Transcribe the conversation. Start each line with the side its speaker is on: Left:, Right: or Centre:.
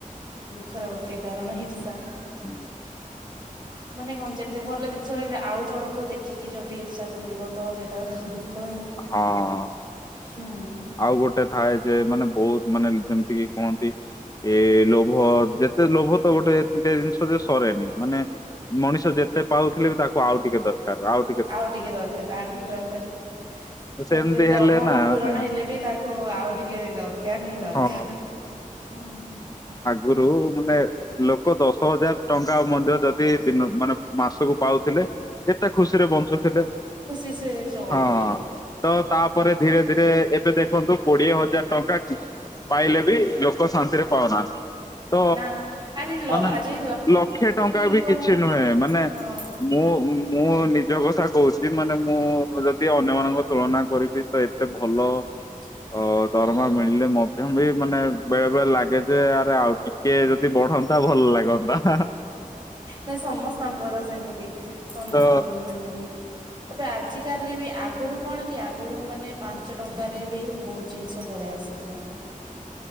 Right: ଦୁଃଖର ଗୋଟିଏ କାରଣ ଇର୍ଷା।
Left: ହୁଁ।
Right: ମାନେ ହଁ ଯେତେ ଭଲ ଜିନି ସ ରହିଲା ଆଉ ଜଣଙ୍କୁ ଦେଖିକି ଯଦି ଇର୍ଷା କରିବ ତ ସେଇଟା ତ ଦୁଃଖ ହିଁ।
Left: ହଁ।
Right: ହୁଁ।
Left: ଆଉ ଗୋଟେ ଥାଏ ଯେ ମାନେ ବହୁତ ମାନେ ଯେମିତି କି କୁହନ୍ତି ଏ ଲୋଭ ଯେତେ ଲୋଭ ତ ଗୋଟେ ଏମିତିଆ ଜିନିଷ ଯେ ସରେନି ମାନେ ମଣିଷ ଯେତେ ଜେତେ ପାଉଥିଲେ ବି ତାକୁ ଆଉ ଟିକେ ଦରକାର ଆଉ
Right: ଆଉ ଟିକେ ଦରକାର ଆଉ ଟିକେ ଦରକାର
Left: ସେମିତି
Right: ଯେତେ
Left: ହେଲେ
Right: ଅଭାବ
Left: ନା
Right: ପୂରଣ
Left: ମାନେ
Right: ହେଲେ ବି ତାକୁ ଆଉ ଟିକେ ଦରକାର ହିଁ ଦରକାର
Left: ହଁ
Right: ହୁଁ।
Left: ଗୁରୁ ମାନେ ଲୋକ ଦଶ ହଜାର ଟଙ୍କା ମଧ୍ୟ ଯଦି ଦି ଦିନ ମାନେ ମାସକୁ ପାଉଥିଲେ ଏତେ ଖୁସିରେ ବଞ୍ଚୁଥିଲେ।
Right: ସେୟା ଚଳୁଥିଲେ।
Left: ହଁ। ତ ତାପରେ ଧୀରେ ଧୀରେ ଏ ଏବେ ଦେଖନ୍ତୁ କୋଡିଏ ହଜାର ଟଙ୍କା ପାଇଲେ ବି ଲୋକ ଶାନ୍ତିରେ ପାଉନାହାନ୍ତି। ତ
Right: ନା ଆରେ ଲ
Left: ମାନେ
Right: ଆଜି
Left: ଲକ୍ଷେ ଟଙ୍କା
Right: ଇନକମ
Left: ବି କିଛି ନୁହେଁ ମାନେ
Right: ହଁ
Left: ମୁଁ ମୁଁ ନିଜ କଥା କହୁଛି ମାନେ ମୁଁ ଯଦି ଅନ୍ୟମାନଙ୍କ ତୁଳନା କରିବି ତ ଏତେ ଭଲ
Right: <inaudible>
Left: ହ ଦରମା ମିଳିଲେ ମଧ୍ୟ ବି ମାନେ ବେଳେ ବେଳେ ଲାଗେ ଯେ ଆରେ ଆଉ ଟିକ କିଏ ଯଦି ବଢନ୍ତା ଭଲ ଲାଗନ୍ତା।
Right: ନାଇଁ ସମସ୍ତଙ୍କର ସେମିତି ସମସ୍ତଙ୍କର
Left: ତ
Right: ସେମିତି। ତ ଆଜିିକାଲି ବି ଆଗ ଆଗରୁ କଣ କି ଆଗରୁ ମାନେ ପାଞ୍ଚ ଟଙ୍କାରେ ବି ବହୁତ ଜିନିଷ ପଳେଇ ଆସ ଥିଲା।